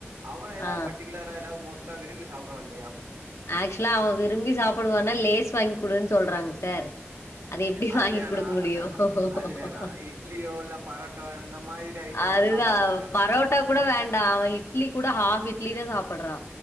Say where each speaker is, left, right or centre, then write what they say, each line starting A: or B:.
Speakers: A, on the right; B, on the left.
A: அவன் ஏதாவது
B: ஆ
A: பர்டிகுலரா ஏதா மோஸ்டா விரும்பி சாப்புடுவான் இல்லயா
B: ஆக்சுவலா அவன் விரும்பி சாப்டுவான்னா லேஸ் வாங்கிக் குடுன்னு சொல்றாங்க சார் எப்படி
A: அது
B: வாங்கி
A: வேணா
B: குடுக்க முடியும்?
A: அது வேணா இட்லியோ இல்ல பரோட்டோ இந்த மாதிரி ஐட்டம்லாம்
B: அதுதான்
A: சாப்டுவாங்கல்ல
B: பரோட்டா கூட வேண்டா அவன் இட்லி கூட ஹாஃப் இட்லி தா சாப்ட்றா